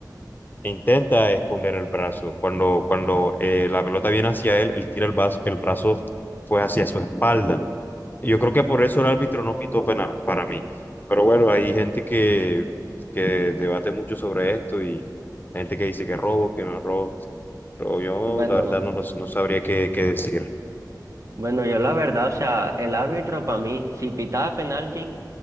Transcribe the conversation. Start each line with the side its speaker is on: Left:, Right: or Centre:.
Left: intenta esconder el brazo. Cuando, cuando eh, la pelota viene hacia él, él tira el brazo, el brazo pues hacia su espalda. Y yo creo que por eso el árbitro no pitó penal para mí. Pero bueno, hay gente que, que debate mucho sobre esto y gente que dice que robo, que no es robo. Pero yo
Right: Bueno,
Left: la verdad no, lo- no sabría qué, qué decir.
Right: bueno, yo la verdad, o sea, el árbitro para mí, si pitaba penalti.